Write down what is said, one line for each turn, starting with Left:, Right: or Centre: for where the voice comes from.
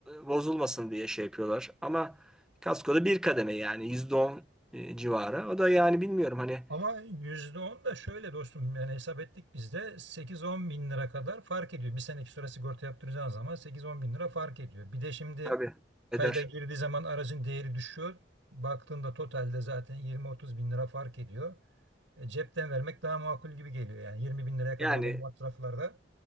Centre: bozulmasın diye şey yapıyorlar ama kaskoda bir kademe yani %10 civarı. O da yani bilmiyorum hani
Right: Ama %10 da şöyle dostum yani hesap ettik biz de 8-10 bin lira kadar fark ediyor. Bir seneki süre sigorta yaptıracağın zaman sekiz on bin lira fark ediyor. Bir de şimdi
Centre: tabii
Right: kayda
Centre: eder.
Right: girdiği zaman aracın değeri düşüyor. Baktığında totalde zaten yirmi otuz bin lira fark ediyor. E, cepten vermek daha makul gibi geliyor yani 20 bin liraya kadar
Centre: Yani
Right: olan masraflarda.